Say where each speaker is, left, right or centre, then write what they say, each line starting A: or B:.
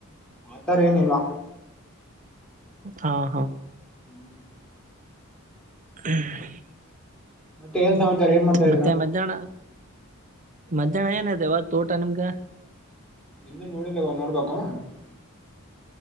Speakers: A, in the centre; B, on the right (about 35°).
A: ಆತರ ಏನಿಲ್ಲ <unintelligible>
B: ಹಾ ಹಾ <unintelligible>
A: ಹ್ಮ್ <unintelligible>
B: <unintelligible>
A: ಮತ್ತೆ ಏನ್ ಸಮಾಚಾರ ಏನ್ ಮಾಡ್ತಾ ಇದೀರಾ
B: ಮತ್ತೆ ಮಧ್ಯಾಹ್ನ ಮಧ್ಯಾಹ್ನ ಏನಿದೆವಾ ತೋಟ ನಿಮ್ಗ <unintelligible>
A: ಎಿಂದ ನೋಡಿಲ್ಲವ ನೋಡ್ಬೇಕು <unintelligible>